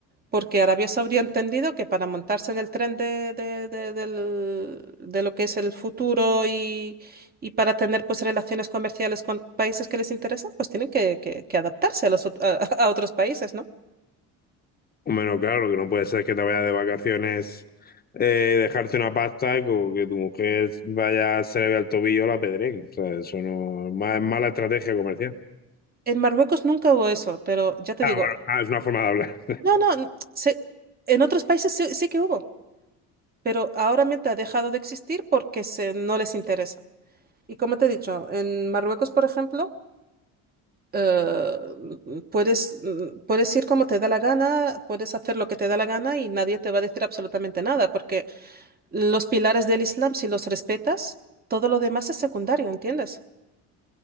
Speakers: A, on the right; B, on the left.
A: Porque Arabia Saudí ha entendido que para montarse en el tren de, de- de- del- de lo que es el futuro y, y para tener pues relaciones comerciales con países que les interesan, pues tienen que, que- que adaptarse a los ot- a a otros países, ¿no?
B: Bueno, claro, lo que no puede ser es que te vayas de vacaciones, eh, dejarte una pasta y como que tu mujer vaya, se le vea el tobillo la pedrén. O sea, eso no es ma- mala estrategia comercial.
A: En Marruecos nunca hubo eso, pero ya te
B: Ah,
A: digo,
B: bueno, ah, es una forma de hablar.
A: no, no, n- se- en otros países sí, sí que hubo, pero ahora mismo ha dejado de existir porque se, no les interesa. Y como te he dicho, en Marruecos, por ejemplo, eh, puedes, mm, puedes ir como te da la gana, puedes hacer lo que te da la gana y nadie te va a decir absolutamente nada, porque los pilares del Islam, si los respetas, todo lo demás es secundario, ¿entiendes?